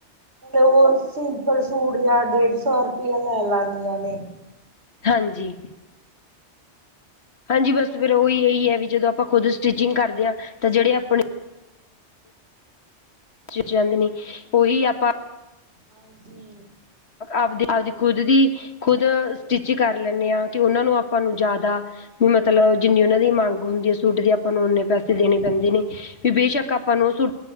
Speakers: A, on the right (about 65°); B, on the left (about 65°).
A: ਉਹ ਸਿੰਪਲ ਸੂਟ ਜਾਂ ਡੇਢ ਸੌ ਰਪਿਆ ਲੈ ਲੈਦਿਆਂ ਨੇ।
B: ਹਾਂਜੀ। ਹਾਂਜੀ ਬਸ
A: ਹਾਂਜੀ
B: ਫੇਰ ਉਹੀ ਇਹੀ
A: ਹਾਂਜੀ
B: ਹੈ ਵੀ ਜਦੋਂ ਆਪਾਂ ਖੁਦ ਸਟਿਚਿੰਗ ਕਰਦੇ ਆ ਤਾਂ ਜਿਹੜੇ ਆਪਣੇ ਸਚਿਅੰਗ ਨੇ ਉਹੀ ਆਪਾਂ <unintelligible>
A: ਹਾਂਜੀ।
B: ਆਪਦੀ ਆਪਦੀ ਖੁਦ ਦੀ ਖੁਦ ਸਟਿਚ ਕਰ ਲੈਂਨੇ ਆ ਤੇ ਉਹਨਾਂ ਨੂੰ ਆਪਾਂ ਨੂੰ ਜੈਦਾ ਵੀ ਮਤਲਬ ਜਿੰਨੀ ਉਹਨਾਂ ਦੀ ਮੰਗ ਹੁੰਦੀ ਹੈ ਸੂਟ ਦੀ ਆਪਾਂ ਨੂੰ ਓਨੇ ਪੈਸੇ ਦੇਣੇ ਪੈਂਦੇ ਨੇ। ਫਿਰ ਬੇਸ਼ੱਕ ਆਪਾਂ ਨੂੰ ੳਹ ਸੂ